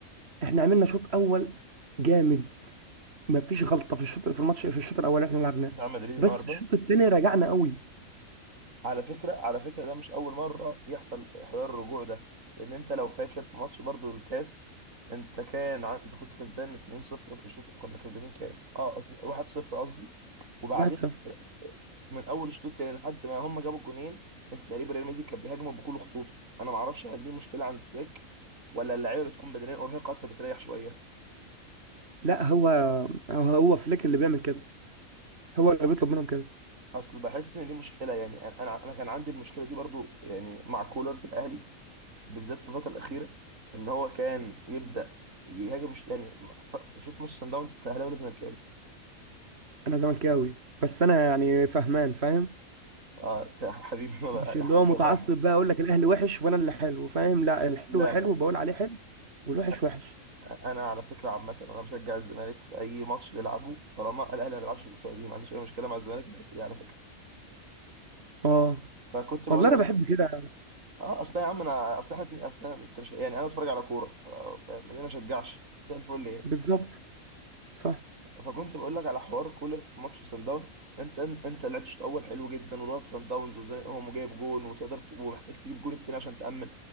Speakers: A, on the right; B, on the right.
A: احنا عملنا شوط اول جامد ما فيش غلطه في الشوط في الماتش في الشوط الاول اللي احنا لعبناه
B: بتاع مدريد النهارده
A: بس الشوط التاني رجعنا قوي
B: على فكرة على فكرة ده مش أول مرة يحصل حوار الرجوع ده لأن أنت لو فاكر في ماتش برضو الكاس أنت كان عن... أنت كنت كسبان 2-0 في الشوط كنا كسبانين كام؟ أه 1-0 قصدي وبعدين
A: 1-0
B: من أول الشوط التاني لحد ما هم جابوا الجونين أنت تقريبا ريال مدريد كان بيهاجموا بكل خطوطه أنا معرفش هل دي مشكلة عند فليك ولا اللعيبة بتكون بدنيا أرهقت فبتريح شوية
A: لا هو هو فليك اللي بيعمل كده هو اللي بيطلب منهم كده
B: أصل بحس إن دي مشكلة يعني أنا أنا أنا كان عندي المشكلة دي برضو يعني مع كولر في الأهلي بالذات في الفتره الاخيره ان هو كان يبدا يهاجم مش يعني ف- ف- شفت ماتش سان داونز انت اهلاوي ولا زملكاوي؟
A: انا زملكاوي بس انا يعني فهمان فاهم
B: اه أنت يا حبيبي والله
A: مش
B: يا
A: اللي
B: حبيبي
A: هو متعصب
B: والله يا احمد
A: بقى اقول لك الاهلي وحش وانا اللي حلو فاهم لا الحلو
B: لا
A: حلو
B: لا
A: بقول عليه حلو والوحش
B: أ-
A: وحش
B: انا على فكره عامه انا بشجع الزمالك في اي ماتش بيلعبه طالما الاهلي ما بيلعبش البطوله دي ما عنديش اي مشكله مع الزمالك في الحته دي على فكره
A: اه
B: فكنت بقول
A: والله انا
B: لك
A: بحب كده
B: اه اصل يا عم انا اصل احنا اتنين- اصل أنا- انت مش يعني انا بتفرج على كوره آه، فاهم ليه ما اشجعش زي الفل ايه
A: بالظبط صح
B: فكنت بقول لك على حوار كولر في ماتش سان داونز انت انت لعبت الشوط الاول حلو جدا وضغط سان داونز وزنقهم وجايب جون وتقدر ت- ومحتاج تجيب جون التاني عشان تامن